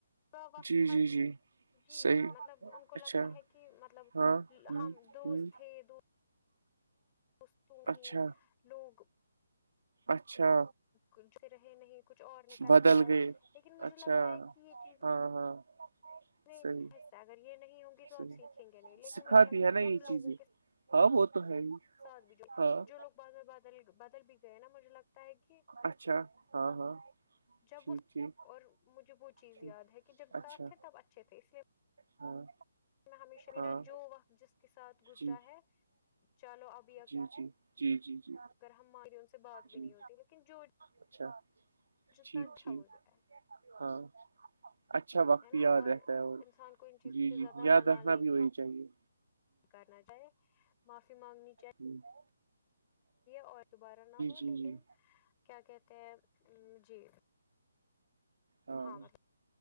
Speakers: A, on the left; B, on the right.
A: تو وقت
B: جی
A: تھا
B: جی
A: کہ
B: جی
A: جی
B: صحیح
A: جی مطلب ان کو
B: اچھا
A: لگتا ہے کہ مطلب
B: ہاں ہ
A: ہم دوست
B: ہ
A: تھے دو اس تو نہیں
B: اچھا
A: لوگ
B: اچھا
A: کچ سے رہے نہیں کچھ اور نکل
B: بدل
A: کے آئے
B: گئے
A: لیکن مجھے
B: اچھا
A: لگتا ہے کہ یہ چیز
B: ہاں ہاں
A: نہیں
B: صحیح
A: ایسا اگر یہ نہیں ہوںگی تو
B: صحیح
A: آپ سیکھیں گے نہیں لیکن
B: سکھاتی
A: مجھے لگتا ہے
B: نا یہ
A: ان لوگوں
B: چیزیں
A: کے
B: ہاں وہ تو ہے ہی
A: سات بجے
B: ہاں
A: جو لوگ بعد میں بدل بدل بھی گئے نا مجھے لگتا ہے کہ
B: اچھا ہاں ہاں
A: جب
B: ٹھیک
A: وہ
B: ٹھیک
A: اور مجھے وہ چیز
B: ٹھیک
A: یاد ہے کہ جب
B: اچھا
A: ساتھ تھے تب اچھے تھے اس لیے
B: ہاں
A: میں ہمیشہ میرا
B: ہاں
A: جو وقت جس کے ساتھ گزرا
B: جی
A: ہے چلو ابھی
B: جی جی جی جی جی
A: اگر ہم ماری ان سے بات بھی
B: جی
A: نہیں ہوتی لیکن جو
B: اچھا
A: جتا
B: ٹھیک
A: اچھا
B: ٹھیک
A: ہوز رہا ہے
B: ہاں اچھا وقت
A: ہے نا
B: یاد
A: اور
B: رہتا ہے
A: انسان کو ان چیزوں
B: جی
A: پہ
B: جی
A: زیادہ
B: یاد
A: مالال
B: رکھنا
A: نہیں
B: بھی وہی چاہیے
A: کرنا چاہے معافی مانگنی چاہیے
B: ہوں <inaudible>
A: اور دوبارہ نہ ہو لیکن
B: جی جی
A: کیا کہتے ہیں جی
B: ہاں
A: مہ ماہ